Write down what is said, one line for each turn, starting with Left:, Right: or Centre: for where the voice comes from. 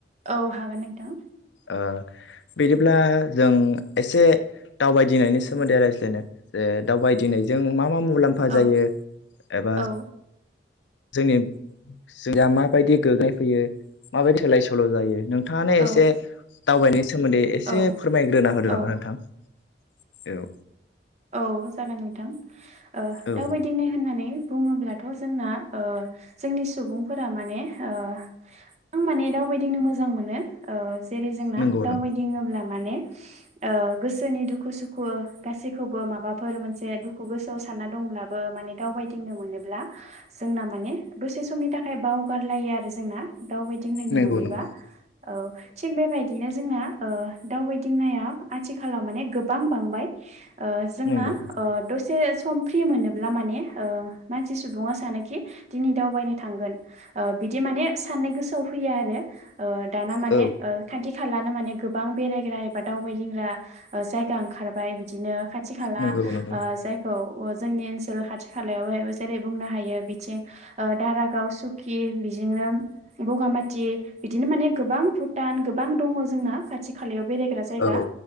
Right: औ हागोन नोंथां
Left: ओ बिदिब्ला जों एसे दावबायदिंनायनि सोमोन्दै रायज्लायनो जे दावबायदिंनायजों मा मा मुलाम्फा
Right: औ
Left: जायो एबा
Right: औ
Left: जोंनि <unintelligible> माबायदि <unintelligible> फैयो माबायदि सोलाय सोल' जायो, नों नोंथाङानो
Right: औ
Left: एसे दावबायनायनि सोमोन्दै एसे
Right: औ
Left: फोरमायग्रोना होदो
Right: औ
Left: नामा नोंथां। <inaudible>
Right: औ जागोन नोंथां। ओ
Left: औ
Right: दावबायदिंनाय होननानै बुङोब्ला थ' जोंना ओ जोंनि सुबुंफोरा माने ओ आं माने दावबायदिंनो मोजां मोजां मोनो ओ जेरै जोंना
Left: नंगौ
Right: दावबायदिङोब्ला
Left: नंगौ
Right: माने ओ गोसोनि दुखु सुखु गासै खौबो माबाफोर मोनसे दुखु गोसोआव सानना दंब्लाबो माने दावबायदिंनो मोनोब्ला जोंना माने दसे समनि थाखाय बावगारलायो आरो जोंना। दावबायदिंहैनो
Left: नंगौ
Right: मोनोबा
Left: नंगौ
Right: औ थिग बेबायदिनो जोंना ओ दावबायदिंनाया आथिखालाव माने गोबां बांबाय। ओ जोंना
Left: नंगौ
Right: अ दसे सम फ्रि मोनोब्ला माने ओ मानसि सुबुङा सानोखि दिनै दावबायनो थांगोन। ओ बिदि माने सान्नाय गोसोआव फैयो आरो ओ दाना माने
Left: औ
Right: ओ खाथि खालानो माने गोबां बेरायग्रा एबा दावबायदिंग्रा जायगा ओ ओंखारबाय। बिदिनो खाथि खाला
Left: नंगौ
Right: ओ
Left: नंगौ
Right: जायखौ अ जोंनि ओनसोल खाथि खालायावाय जेरै बुंनो हायो बिथिं ओ दारागाव सुखि बि दिनो बगामाथि बिदिनो माने गोबां भुटान गोबां दङ जोंना खाथि खालायाव बेरायग्रा जायगा।
Left: औ औ